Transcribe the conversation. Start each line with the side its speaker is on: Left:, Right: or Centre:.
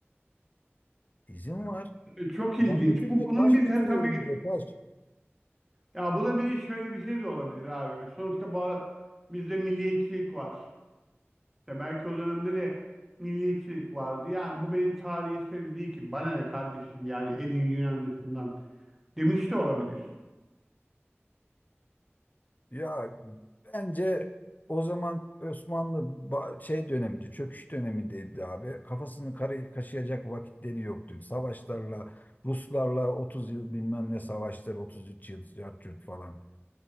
Left: İzin var.
Centre: E, Çok ilginç.
Left: Adam götürüyor,
Centre: Bu bunun
Left: taş
Centre: bize
Left: götürüyorum
Centre: tabii
Left: diyor, taş.
Centre: ya bu da bir de şöyle bir şey de olabilir abi. Sonuçta ba- bizde milliyetçilik var. İşte belki o dönemde de milliyetçilik vardı. Yani bu benim tarihi eserim değil ki. Bana ne kardeşim yani elin Yunanlısından demiş de olabilir.
Left: Ya bence o zaman Osmanlı ba- şey dönemiydi, çöküş dönemindeydi abi. Kafasını karı- kaşıyacak vakitleri yoktu. Savaşlarla, Ruslarla 30 yıl bilmem ne savaşları, 33 yıl yat yurt falan.